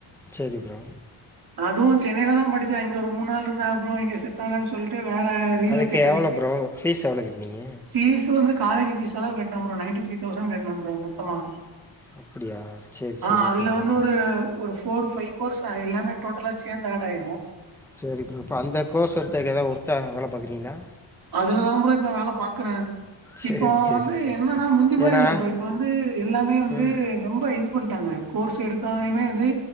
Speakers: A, in the centre; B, on the right.
A: செரி ப்ரோ
B: அதுவு சென்னையில தான் படிச்சே இங்க ஒரு மூன் நாள் இருந்தா அப்புறம் இங்க செட்டில் ஆகலான்னு சொல் ட்டு வேற ரீ
A: அதுக்கு
B: லொக்கேட்
A: எவ்வளோ
B: ஆகி
A: ப்ரோ ஃபீஸ் எவ்வளோ கட்னீங்க
B: ஃபீஸ் வந்து காலேஜ் பீஸ்ஸலாம் கட்டினோ bro ninety three thousand கட்டின ப்ரோ மொத்தமா
A: அப்படியா சரி
B: ஆ
A: சரி
B: அதுல
A: ஓகே ப்ரோ
B: வந்து ஒரு ஒரு போர் பைவ் போர்ஸ்ஸ‌ எல்லாமே டோட்டல்லா சேர்ந்து ஆட ஆயிரு
A: சரி ப்ரோ அப்போ அந்த கோர்ஸ் எடுத்ததுக்கு எதாது ஒர்த்தா வேல பாக்குறீங்களா
B: அதுலதா ப்ரோ இப்ப வேல பாக்குறே
A: சரி
B: இப்போ
A: சரி
B: வந்து
A: ப்ரோ
B: என்னன்னா முந்தி மாரி
A: ஏன்னா
B: இல்ல ப்ரோ இப்ப வந்து எல்லாமே வந்து
A: ம்
B: ரொம்ப இது போட்டாங்க கோர்ஸ் எடுத்தாலுமே வந்து